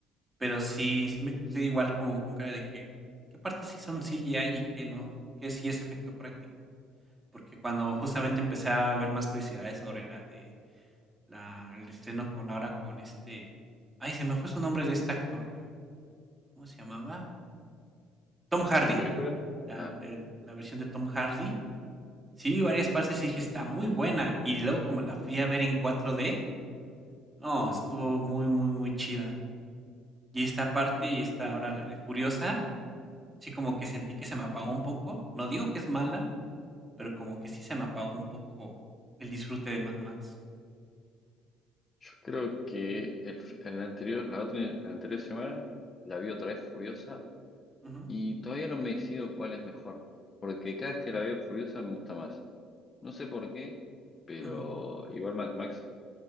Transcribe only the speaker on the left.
¿Qué película?
Ah,
yo creo que el, fi- el anterior, la otra, la anterior semana la vi otra vez Furiosa
y todavía no me decido cuál es mejor, porque cada vez que la veo Furiosa me gusta más. No sé por qué. Pero
igual Mad Max